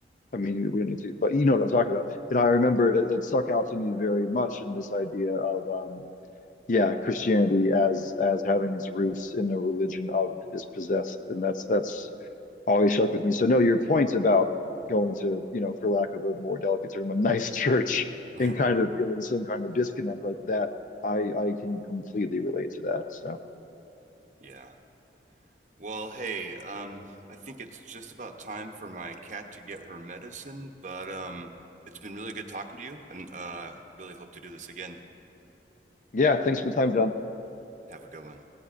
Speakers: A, on the left; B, on the right.
A: I mean, we don't need to, but you know what I'm talking about. And I remember that, that stuck out to me very much in this idea of, um, yeah, Christianity as as having its roots in a religion of the dispossessed, and that's that's always stuck with me. So no, your point about going to, you know, for lack of a more delicate term, a nice <laughs> church
B: <laughs>
A: and kind of feeling some kind of disconnect like that, I I can completely relate to that. So
B: yeah. Well, hey, um, I think it's just about time for my cat to get her medicine, but um, it's been really good talking to you, and uh, really hope to do this again.
A: yeah, thanks for the time, John.
B: Have a good one.